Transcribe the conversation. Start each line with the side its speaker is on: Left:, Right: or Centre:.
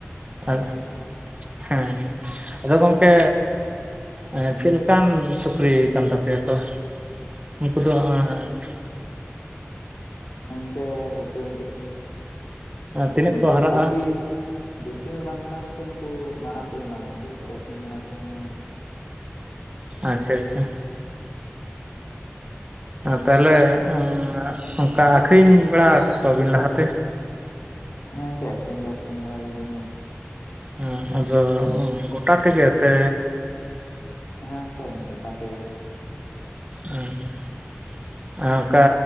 Right: ᱟ-ᱫ
Left: ᱫᱟᱢ ᱠᱚ
Right: ᱦᱮᱸ <unintelligible> ᱟᱫᱚ ᱜᱚᱝᱠᱮ ᱯᱮ ᱮᱸ ᱪᱮᱫ ᱞᱮᱠᱟᱱ ᱥᱩᱠᱨᱤ ᱠᱟᱱ ᱛᱟᱯᱮᱭᱟ ᱠᱚ? ᱩᱱᱠᱩ ᱫᱚ ᱟᱸ-ᱪ
Left: ᱮᱝᱠᱮ ᱥᱩᱠᱨᱤ ᱱᱩᱠᱩ ᱫᱚ
Right: ᱛᱤᱱᱟᱹᱜ
Left: ᱱᱩᱠᱩ
Right: ᱠᱚ
Left: ᱫᱚ
Right: ᱦᱟᱨᱟᱜᱼᱟ
Left: ᱫᱮᱥᱤ ᱫᱮᱥᱤ ᱦᱚᱸ ᱵᱟᱝ ᱠᱟᱱᱟ ᱠᱚ, ᱥᱮ ᱩᱱᱠᱩ ᱢᱟᱨᱟᱝ ᱠᱚᱭ ᱦᱚᱸ ᱵᱟᱝᱟ ᱩᱱᱠᱩ ᱠᱚᱨᱚᱥᱤᱧ ᱠᱟᱱᱟ ᱠᱚ ᱚᱱᱮ
Right: ᱟᱪᱪᱷᱟ ᱟᱪᱪᱷᱟ᱾ ᱛᱟᱦᱞᱮ ᱩᱸ ᱚᱱᱠᱟ ᱟᱠᱷᱨᱤᱧ ᱵᱟᱲᱟ ᱟᱠᱟᱫ ᱠᱚᱣᱟᱵᱤᱱ ᱞᱟᱦᱟᱛᱮ?
Left: ᱦᱮᱸ ᱚᱝᱠᱮ ᱟᱹᱷᱨᱤᱧ ᱫᱚ ᱟᱠᱷᱨᱤᱧ ᱵᱟᱲᱟ ᱦᱩᱭ ᱠᱟᱱ ᱜᱮᱭᱟ᱾
Right: ᱦᱮᱸ ᱟᱫᱚ ᱜᱚᱴᱟ ᱛᱮᱜᱮ? ᱥᱮ
Left: ᱦᱮᱸ ᱜᱚᱝᱠᱮ ᱜᱚᱴᱟ ᱛᱮᱜᱮ᱾
Right: <unintelligible> ᱟᱨ ᱚᱱᱠᱟ